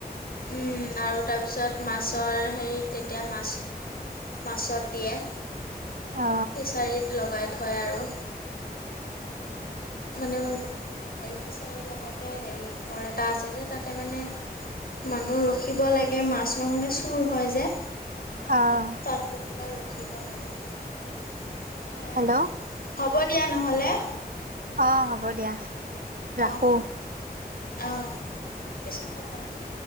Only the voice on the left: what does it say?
উম আৰু- তাৰপিছত মাছৰ হেৰি তেতিয়া মাছ মাছত দিয়ে।
ফিছাৰীত লগাই থয় আৰু। মানে হেৰি ফিচাৰীৰ লগতে হেৰি ঘৰ এটা আছে যে তাতে মানে মানুহ ৰখিব লাগে মাছ নহ'লে চুৰ হয় যে।
তাত গৈ পেলাই ৰখিব লাগে সেয়াই
আৰু। হ'ব দিয়া নহ'লে।
অঁ অঁ পিছত কথা পাতিম।